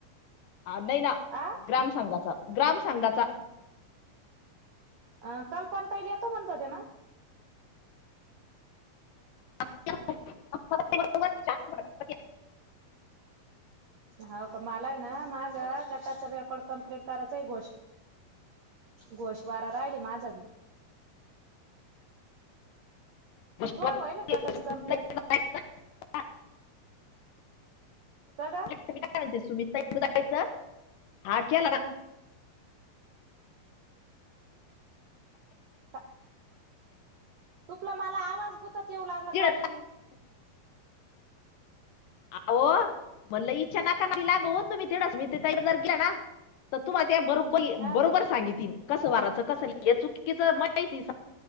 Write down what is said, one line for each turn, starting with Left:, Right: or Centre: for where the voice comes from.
Left: नाही ना,
Right: आ
Left: ग्राम संघाचा ग्राम संघाचा.
Right: अ काल पण ताईली येतो म्हणत होत्या ना?
Left: <inaudible>
Right: हो का मला आहे ना माझं गटाच रेकॉर्ड कम्प्लीट करायचं गोष घोष वारा राहिले माझा बी.
Left: <inaudible>
Right: तो व्हायल गटाचं कम्प्लेट का ग?
Left: मी काय म्हणते सुमित ताई कडे जायचं हा के्याला ना?
Right: <inaudible> का तुपला मला आवाज गुपत येऊ लागला
Left: तिकडं
Right: कावेरी.
Left: अहो म्हणलं इच्छा नाका नादी लागु तुम्ही ति रश्मीताई तेथ जर गेला तर तूम्हाला त्या बरोबर
Right: अ
Left: बरोबर सांगितीन. कसं वाराच कसं लिहाच चुकीच माहिती